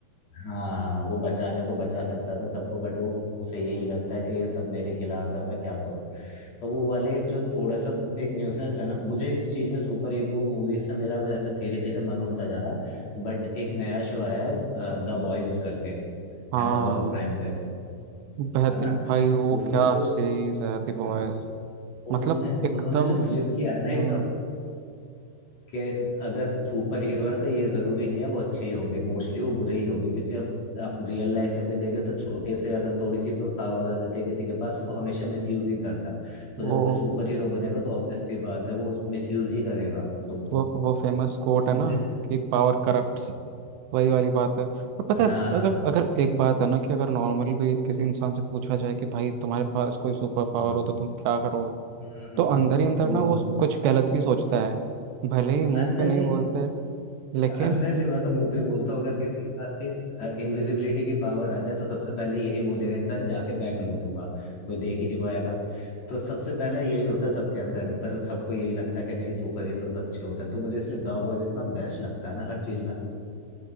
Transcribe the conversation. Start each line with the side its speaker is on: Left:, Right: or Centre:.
Left: हाँ वो बचाने को बचा सकता था सबको बट वो उसे यही लगता है कि ये सब मेरे खिलाफ है मैं क्या करूँ तो वो वाले एक जो थोड़ा सा एक न्यूसेंस है ना मुझे इस चीज में सुपर हीरो मूवीज से मेरा जैसे धीरे धीरे मन उठता जा रहा है बट एक नया शो आया है द बॉयज करके
Right: हाँ
Left: amazon प्राइम पे
Right: बेहतरीन
Left: है ना
Right: भाई वो
Left: उसमें
Right: क्या
Left: जो
Right: सीरीज है दी
Left: <clears throat>
Right: बॉयज मतलब
Left: उन्होंने
Right: एकदम
Left: उन्होंने जो फ्लिप किया
Right: हम्म,
Left: है ना एकदम कि अगर सुपर हीरो है तो ये जरूरी नहीं है वो अच्छे ही होंगे मोस्टली वो बुरे ही होंगे क्योंकि अब आप रियल लाइफ में भी देखें तो छोटे से अगर थोड़ी सी पावर आ जाती है किसी के पास वो हमेशा मिसयूज ही करता है तो
Right: वो
Left: जब कोई सुपर हीरो बनेगा तो ऑब्वियस सी बात है वो उस मिसयूज ही करेगा तो <laughs>
Right: वो वो फेमस कोट है
Left: मुझे
Right: ना कि पावर करप्ट वही वाली बात है और पता
Left: हाँ
Right: है अगर अगर एक बात है ना कि अगर नॉर्मली भी किसी इंसान से पूछा जाए कि भाई तुम्हारे पास कोई सुपर पावर
Left: हाँ हम्म,
Right: हो तो तुम क्या करोगे
Left: हम्म, हम्म, हम्म,
Right: तो अंदर ही अंदर ना
Left: वो
Right: वो कुछ गलत ही सोचता है भले ही मुंह
Left: अंदर
Right: पे नहीं
Left: नहीं
Right: बोलते लेकिन
Left: अंदर नहीं मैं तो मुंह पे बोलता हूँ अगर किसी के पास भी इनविजिबिलिटी की पावर आ जाए तो सबसे पहले यही बोलेगा इंसान जाके बैंक लूटूंगा कोई देख ही नहीं पाएगा तो सबसे पहला यही होता है सबके अंदर पर सबको यही लगता है कि नहीं सुपर हीरो तो अच्छे होते हैं तो मुझे इसलिए द बॉयज इतना बेस्ट लगता है ना हर चीज में